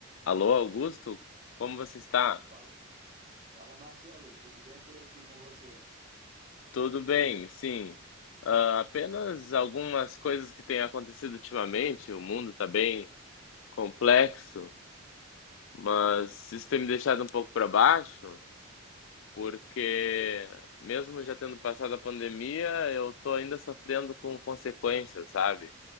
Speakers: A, on the left; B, on the right.
A: Alô, Augusto? Como você está?
B: Fala, fala, Marcelo, tudo bem por aqui com você?
A: Tudo bem, sim. Ah, apenas algumas coisas que têm acontecido ultimamente. O mundo está bem complexo, mas isso tem me deixado um pouco para baixo, porque mesmo já tendo passado a pandemia, eu estou ainda sofrendo com consequências, sabe?